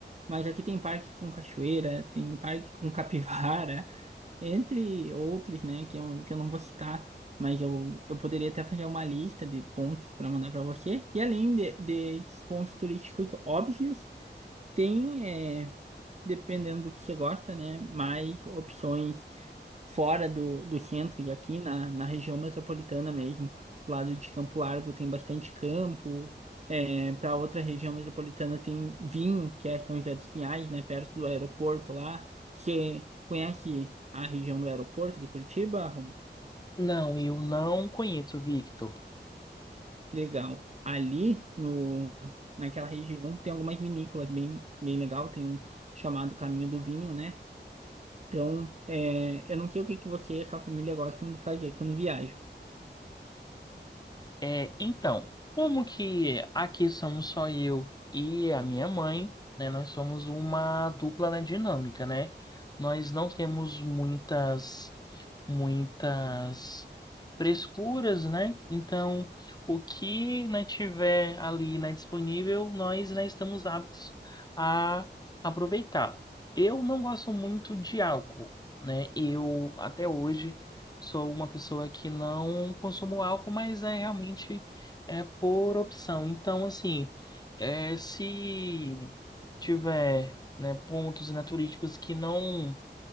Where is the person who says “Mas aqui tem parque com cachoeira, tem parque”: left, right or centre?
Right